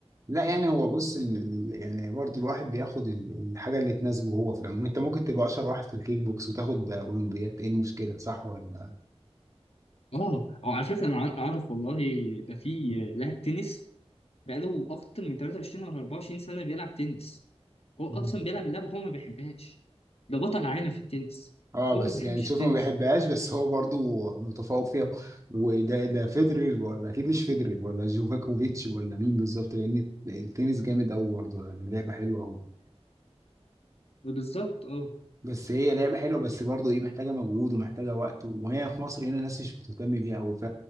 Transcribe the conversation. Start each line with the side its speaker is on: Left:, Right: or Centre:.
Right: لا يعني هو بص ال... ال- يعني برضو الواحد بياخد ال- الحاجة اللي تناسبه هو في العموم انت ممكن تبقى اشهر واحد في الكيك بوكس وتاخد اولمبياد ايه المشكلة صح ولا
Left: اه أو على فكره انا أع- اعرف والله ده في لاعب تنس بقاله اكتر من 23 ولا 24 سنه بيلعب تنس هو اصلا
Right: مم.
Left: بيلعب اللعبه هو ما بيحبهاش ده بطل عالم في التنس
Right: اه
Left: هو
Right: بس
Left: ما بيحبش
Right: يعني شوف
Left: التنس
Right: ما بيحبهاش بس هو برضو متفوق فيها وده ده فيدرر ولا اكيد مش فيدرر ولا جوفاكوفيتش ولا مين بالظبط لان التنس جامد قوي برضو يعني لعبة حلوة قوي
Left: بالظبط اه
Right: بس هي لعبة حلوة بس برضه ايه محتاجة مجهود ومحتاجة وقت وهي في مصر هنا الناس مش بتهتم بيها أوي ف